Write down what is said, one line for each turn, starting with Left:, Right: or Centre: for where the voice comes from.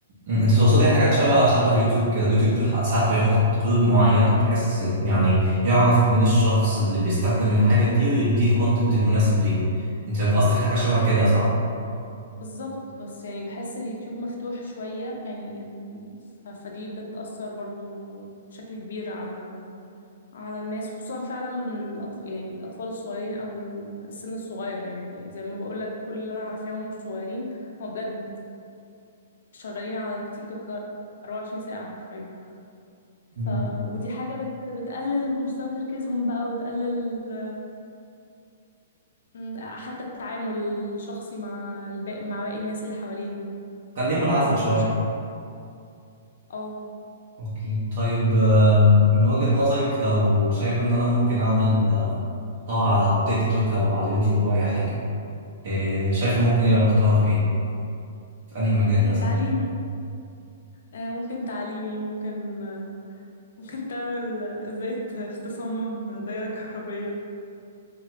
Right: مم، انت تقصدي حاجات شبه شبه اليوتيوب كده اليوتيوب بح- ساعات بيحط قيود معينة بحيث يعني يعرف مين الشخص اللي بيستخدم الحاجة دي ويديه الكونتنت المناسب ليه انت قصدك حاجة
Left: بز-
Right: شبه كده صح؟
Left: بالظبط بس يعني بحس اليوتيوب مفتوح شوية يعني ال... ف- فدي بتأثر برضو بشكل كبير على على الناس خصوصا فعلا من الأطفال يعني الأطفال الصغيرين أو السن الصغير يعني زي ما بقول لك كل اللي أنا عارفاهم صغيرين هو بجد شغالين على التيك توك 24 ساعة حرفيا ف
Right: مم.
Left: ودي حاجة بت... بتقلل مستوى تركيزهم بقى وتقلل م، حتى التعامل الشخصي مع الباقي مع باقي الناس اللي حواليهم
Right: خليه منعزل
Left: ف... فأنا
Right: شوية
Left: شايفة اه
Right: اوكي طيب آه، من وجهة نظرك لو شايف ان انا ممكن اعمل آه، محتوى على تيك توك او على اليوتيوب او اي حاجة آه، شايفة ممكن يبقى محتوى في ايه؟ في انهي مجال
Left: هي
Right: مثلا؟
Left: تعليمي آه، ممكن تعليمي ممكن آه، ممكن تعمل ازاي ت- تصمم دايرة كهربية